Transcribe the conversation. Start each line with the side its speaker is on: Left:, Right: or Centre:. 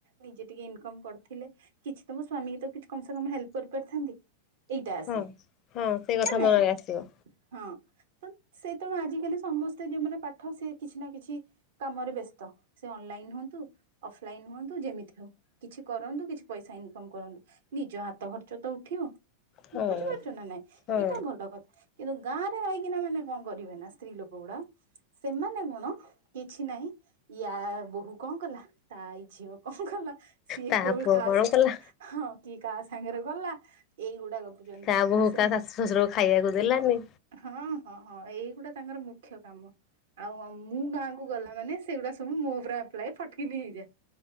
Right: ନିଜେ ଟିକେ ଇନକମ୍ କର ଥିଲେ କିଛି ତ ମୋ ସ୍ଵାମୀ ତ କିଛି କମ ସେ କମ ହେଲ୍ପ କରିପାରିଥାନ୍ତି ଏଇଟା ଆସେ।
Left: ହଁ ହଁ ସେଇ କଥା
Right: ନା ନାଇଁ
Left: ମନରେ ଆସିବ।
Right: ହଁ ତ ସେ ତେଣୁ ଆଜିିକାଲି ସମସ୍ତେ ଯୋଉ ମାନେ ପାଠ ସେ କିଛି ନା କିଛି କାମରେ ବ୍ୟସ୍ତ। ସେ ଅନଲାଇନ ହୁଅନ୍ତୁ ଅଫଲାଇନ ହୁଅନ୍ତୁ ଯେମିତିବି ହଉ କିଛି କରନ୍ତୁ କିଛି ପଇସା ଇନକମ କରନ୍ତୁ। ନିଜ ହାତ ଖର୍ଚ୍ଚ ତ ଉଠିବ।
Left: ହଁ
Right: ବୁଝିପାରୁଛ ନା ନାଇଁ
Left: ହଁ
Right: ଏଇଟା ଭଲ କଥା କିନ୍ତୁ ଗାଁ ରେ ମାଇକିନା ମାନେ କଣ କରିବେ ନା ସ୍ତ୍ରୀ ଲୋକ ଗୁଡା ହ। ସେମାନେ ଗୁଣ କିଛି ନାଇଁ ୟା ବୋହୂ କଣ କଲା ତା ଇ ଝିଅ କଣ କଲା। ସିଏ
Left: ତା
Right: କୋଉ
Left: ପୁଅ
Right: କାହା
Left: କଣ
Right: ସାଙ୍ଗ
Left: କଲା
Right: ହଁ କିଏ କାହା ସାଙ୍ଗରେ ଗଲା ଏଇଗୁଡାକ ଗପୁଛନ୍ତି
Left: ତା ବୋହୂ
Right: ଆଉ ସେ
Left: କା ଶାଶୁ ଶ୍ୱଶୁରକୁ ଖାଇବାକୁ ଦେଲାନି
Right: ହଁ ହଁ। ହଁ ଏଇଗୁଡା ତାଙ୍କର ମୁଖ୍ୟ କାମ। ଆଉ ମୁଁ ଗାଁକୁ ଗଲା ମାନେ ସେଗୁଡା ସବୁ ମୋ ଉପରେ ଆପ୍ଲାଏ ଫଟକିନି ହେଇଯାଏ।